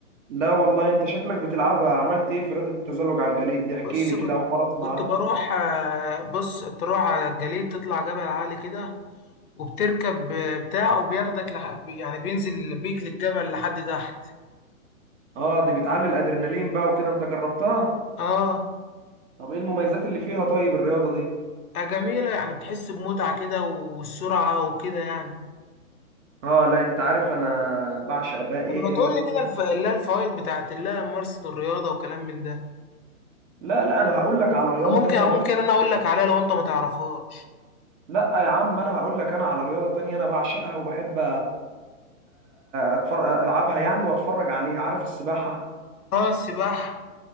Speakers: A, on the right (about 60°); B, on the left (about 85°).
A: لا والله أنت شكلك بتلعبها عملت إيه في رياضة التزلج على الجليد دي احكي
B: بص
A: لي
B: كنت
A: كده أول مرة أسمع
B: كنت
A: عنها
B: بروح آه، بص تروح على الجليد تطلع جبل عالي كده وبتركب آه، بتاع وبياخدك لح... بي- يعني بينزل بيك للجبل لحد تحت
A: آه دي بتعلي الأدرينالين بقى وكده أنت جربتها؟
B: اه
A: طب ايه المميزات اللي فيها طيب الرياضة دي
B: آه، جميلة يعني بتحس بمتعة كده والسرعة وكده يعني
A: اه لا انت عارف انا بعشق بقى ايه
B: طب ما تقول
A: رياضة
B: لي كده
A: تانية.
B: الف... اللي هي الفوائد بتاعت اللي هي ممارسة الرياضة وكلام من ده
A: لا لا انا هقول لك على رياضة
B: أو ممكن
A: تانية
B: أو ممكن
A: بقى
B: أنا أقول لك عليها لو أنت ما تعرفهاش
A: لا يا عم انا هقول لك انا على رياضة تانية انا بعشقها وبحب اتفرج العبها يعني واتفرج عليها عارف السباحة
B: اه السباحة